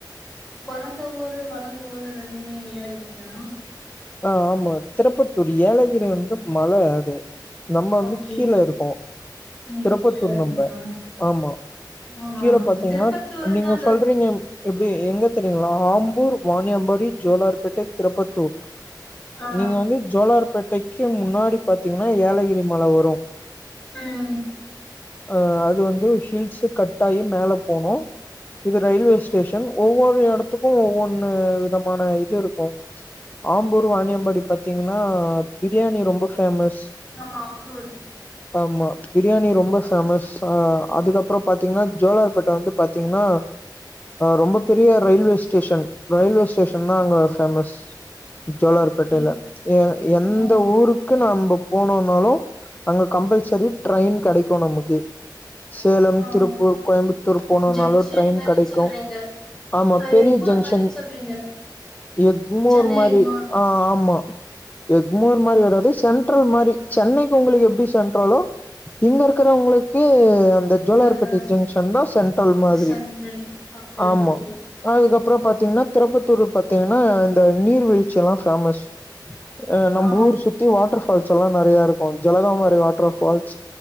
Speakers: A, in the centre; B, on the left (about 20°).
A: பிறந்த ஊரு வளர்ந்த ஊரு ரெண்டுமே ஏலக தனா
B: ஆஹ் ஆமா திருப்பத்தூர் ஏலகிரி வந்து மழை அது நம்ம வந்து
A: ஓகே
B: கீழே இருக்கோம்
A: நீங்க
B: திருப்பத்தூர்
A: கீழ இருக்கீங்களா
B: நம்ம ஆமா
A: ஆ
B: கீழே பாாரத்தீங்கன்னா
A: திருப்பத்தூர்னா
B: நீங்க
A: அந்த
B: சொல்றீங்க எப்படி எங்க தெரியுங்களா ஆம்பூர் வாணியாம்பாடி ஜோலார்பேட்டை திருப்பத்தூர்
A: ஆ
B: நீங்க வந்து ஜலர் ப்பேட்டைக்கு முன்னாடி பாாரத்தீங்கன்னா ஏலகிரி மலை வரும்
A: உஹம்
B: அஹ் அது வந்து ஹில்ஸ் கட் ஆகி மேல போனும் இது ரயில்வே ஸ்டேஷன் ஒவ்வொரு இடத்துக்கும் ஒவ்வொன்னு விதமான இது இருக்கும் ஆம்பூர் வாணியம்பாடி பாார்த்தீங்கன்னா பிரியாணி ரொம்ப பேஃபேமஸ்
A: ஆமாம்பூர்
B: ஆமா பிரியாணி ரொம்ப ஃபேமஸ் அதுக்கப்புறம் பாத்தீங்கன்னா ஜோாளார்பட்டி வந்து பாத்தீங்கன்னா ரொம்ப பெரிய ரயில்வே ஸ்டேஷன் ரயில்வே ஸ்டேஷன் தான் அங்க ேமஸ் ஜோலார்பேட்டையில
A: ஓகே
B: ஏ எந்த
A: ஆ
B: ஊருக்கு நம போனோனாலும் அங்க கம்பல்சரி ட்ரெயின் கிடைக்கும் நமக்கு சேலம்
A: ஆ
B: திருப்பூர் கோயம்புத்தூர் போனோம்னாலும்
A: ஜங்ஷன்
B: ட்ரெயின்
A: மாரின்னு
B: கிடைக்கும்
A: சொல்றீங்க
B: ஆமா
A: அ
B: பெரிய
A: எக்மோர்
B: ஜங்ஷன்
A: மாரின்னு சொல்றீங்க
B: எக்மோர்
A: சென்னை
B: மாதிரி
A: எக்மோர்
B: ஆஹ் ஆமா எக்மோர் மாரி வராது சென்ட்ரல் மாரி சென்னைக்கு உங்களுக்கு எப்படி சென்ட்ரலோ இங்க இருக்கிறவங்களுக்கு அந்த அந்த ஜோலார்பட்டி
A: அது
B: ஜங்ஷன் தான் சென்ட்ரல் மாதிரி
A: சென்ட்ரல் ஓகே
B: ஆமா
A: ஓகே
B: அதுக்கப்புற அப்புறோ பாத்தீங்கன்னா திருப்பத்தூர் பாத்தீங்கன்னா இந்த நீர்வீழ் ச்சில்லா ஃபேமஸ் அஹ் நம்ம
A: ஆ
B: ஊர் சுத்தி வாட்டர் ஃபால்ஸ் ல்லா நெறைய இருக்கும் ஜலகாமாரி வாட்டர் ஃபால்ஸ்